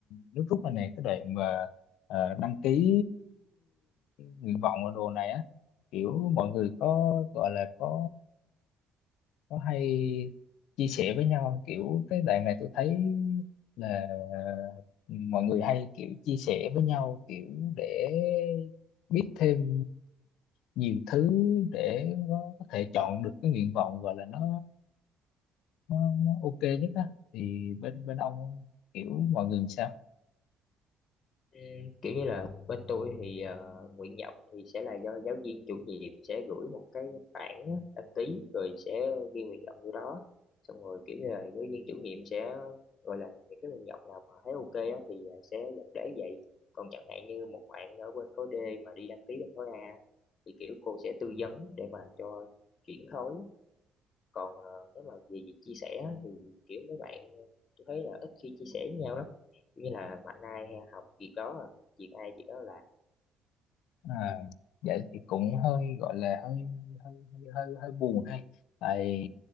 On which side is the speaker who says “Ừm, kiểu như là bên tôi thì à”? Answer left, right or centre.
Left